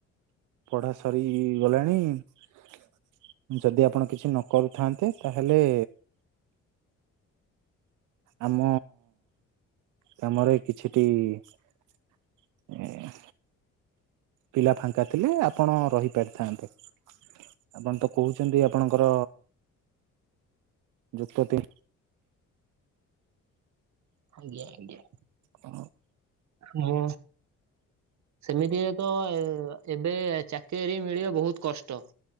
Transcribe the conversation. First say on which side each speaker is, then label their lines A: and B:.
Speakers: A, on the right (about 85°); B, on the right (about 65°).
A: ପଢା ସରି ଗଲାଣି ଯଦି ଆପଣ କିଛି ନ କରୁଥାନ୍ତେ ତାହେଲେ ଆମ କାମରେ କିଛିଟି ଇଁ ହିଁ ହିଁ। ପିଲା ଫାଙ୍କା ଥିଲେ ଆପଣ ରହିପାରିଥାନ୍ତେ। ଆପଣ ତ କହୁଛନ୍ତି ଆପଣଙ୍କର ଯୁକ୍ତ ତି
B: ଆଜ୍ଞା ଆଜ୍ଞା।
A: ଅ।
B: ମୋ ସେମିତି ବି ତ ଏବେ ଚାକିରି ମିଳିବା ବହୁତ କଷ୍ଟ।